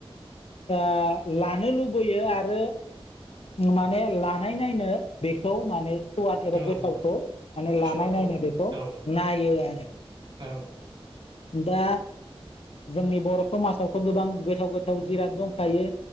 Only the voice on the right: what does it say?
औ
औ
स्वादखौ
औ
औ